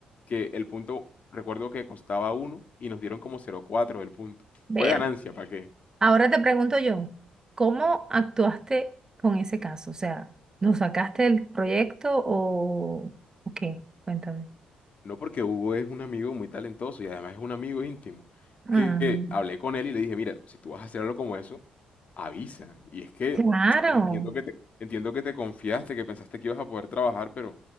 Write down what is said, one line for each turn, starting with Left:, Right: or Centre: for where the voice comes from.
Left: que el punto, recuerdo que costaba uno y nos dieron como cero coma cuatro el punto.
Right: Ver-
Left: Fue ganancia, ¿para qué?
Right: Ahora te pregunto yo, ¿cómo actuaste con ese caso? O sea, ¿lo sacaste del proyecto o, o qué? Cuéntame.
Left: No, porque Hugo es un amigo muy talentoso y además es un amigo íntimo.
Right: Ah,
Left: Que hablé con él y le dije, mira, si tú vas a hacer algo como eso, avisa. Y es que
Right: claro,
Left: entiendo que te, entiendo que te confiaste, que pensaste que ibas a poder trabajar, pero